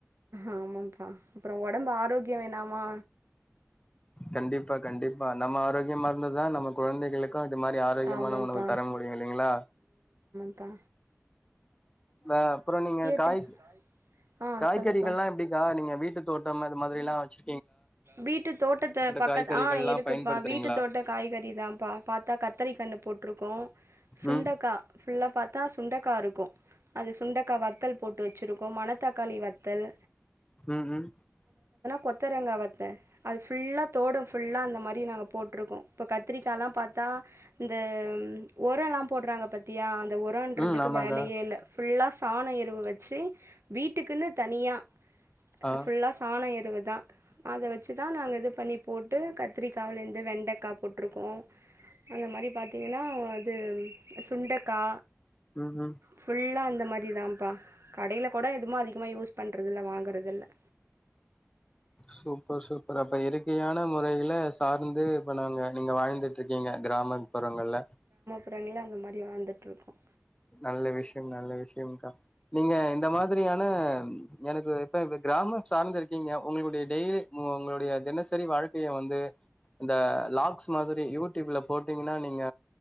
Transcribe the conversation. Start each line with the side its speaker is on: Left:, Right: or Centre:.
Right: ஆமம்பா அப்பறோ ஒடம்பு ஆரோக்கியோ வேணாமா
Left: கண்டிப்பா கண்டிப்பா நம்ம ஆரோக்கியமா இருந்ததா நம்ம கொழந்தைகளுக்கு தா இந்த மாரி ஆரோக்கியமான
Right: ஆமாப்பா
Left: உணவு தர முடியு இல்லிங்களா
Right: அப்பா
Left: தா அப்பறோ நீங்க காய்
Right: டைம் ஆ
Left: காய்கறிகள்லா
Right: சொல்லுப்பா
Left: எப்டிக்கா நீங்க வீட்டு தோட்டம் அது மாதிரில்லா வச்சு
Right: வீட்டு தோட்டத்த பக்கத்து
Left: காய்கறிகள்லா
Right: ஆ இருக்குப்பா
Left: பயன்படுத்துறீங்களா
Right: வீட்டு தோட்ட காய்கறிதாப்பா பாத்தா கத்தரிகன்னு போட்ருக்கோ சுண்டைக்கா
Left: ம்
Right: ஃபுல்லா பாத்தா சுண்டக்கா இருக்கு அது சுண்டக்கா வத்தல் போட்டு வச்சிருக்கோ மணத்தக்காளி வத்தல்
Left: ம் ம்
Right: கொத்தரங்கா வத் அது ஃபுல்லா தோட ஃபுல்லா அந்த மாதிரி நாங்க போட்ருக்கோ இப்ப கத்திரிக்கால்லா பாத்தா இந்த உரலா போடுறாங்க பத்தியா உரம்ன்றதுக்கு
Left: ம் ஆமாங்க
Right: வேலையே இல்ல ஃபுல்லா சாணம் எருவு வச்சு வீட்டுக்குன்னு தனியா
Left: ஆ
Right: ஃபுல்லா சாணம் எரு அறுபதா அதை வச்சு தான் நாங்க இது பண்ணி போட்டு கத்திரிக்காவுலேருந்து வெண்டைக்காய் போட்டிருக்கோம் அந்த மாதிரி பாத்திங்கன்னா அது சுண்டைக்கா
Left: ம் ம்
Right: ஃபுல்லா இந்த மாதிரி தான்ப்பா கடைல கூட எதும அதிகமா யூஸ் பண்ண மற்றதெல்லாம் வாங்குறதில்லை
Left: சூப்பர் சூப்பர் அப்போ இயற்கையான முறையிலா சார்ந்து இப்போ நாங்க நீங்க வாழ்ந்துட்டு இருக்கீங்க கிராமப்புறங்கள்ல
Right: றங்கள அந்த மாதிரி வாழ்ந்துட்ருக்கோம்
Left: நல்ல விஷயம் நல்ல விஷயம்கா நீங்க இந்த மாதிரியான எனக்கு இப்ப இப்ப கிராமம் சார்ந்த இருக்கீங்க உங்களுடைய டெய்லி உங்களுடைய தினசரி வாழ்க்கைய வந்து இந்த ளாக்ஸ் மாதிரி யூடியூப்ல போட்டீங்கன்னா நீங்க